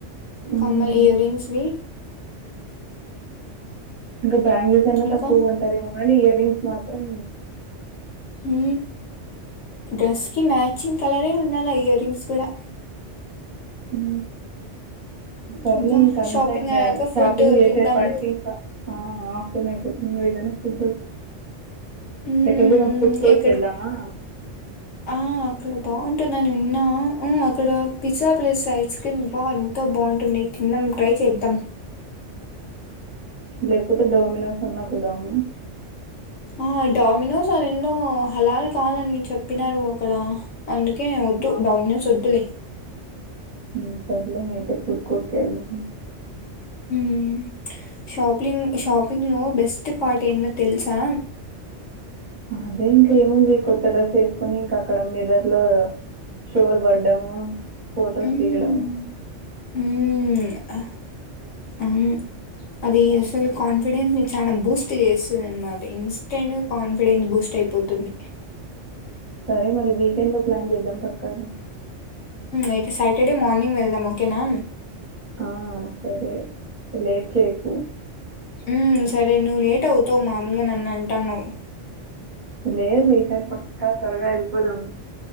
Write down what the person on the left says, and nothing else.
కమ్మలు ఇయర్ రింగ్స్ వి
ఇంకా
హు డ్రెస్ కి మ్యాచింగ్ కలరే ఉండాల ఇయర్ రింగ్స్ కూడా
ఇంకా
షాపింగ్
అయ్యాక
ఫుడ్
తిందాం
మ్మ్
ఎక్కడ
ఆ అక్కడ బాగుంటుంది అని విన్నా ఆ అక్కడ పిజ్జా ప్లస్ ఐస్ క్రీమ్ బా ఎంతో బాగుంటుంది తిన్నం ట్రై చేద్దం
ఆ డమినోస్ ఆ రెండు హలార్ కాదని చెప్పినారు అక్కడ అందు కే వద్దు
డమినోస్ వద్దులే
ఉహు షాపింగ్ షాపింగ్ లో బెస్ట్ పార్ట్ ఎంద తెలుసా
మ్మ్
హ్మ్ అహ్, అవును అది అసలు కాన్ఫిడెన్స్ ని చాలా బూస్ట్ చేస్తుందినమాట ఇన్స్టెంట్ కాన్ఫిడెన్స్ బూస్ట్ అయిపోతుంది
అయితే సాటర్డే మార్నింగ్ వెళ్దాం ఓకేనా
ఉ సరే నువ్వు లేట్ అవుతావు మామూలుగా నన్ను అంటన్నావు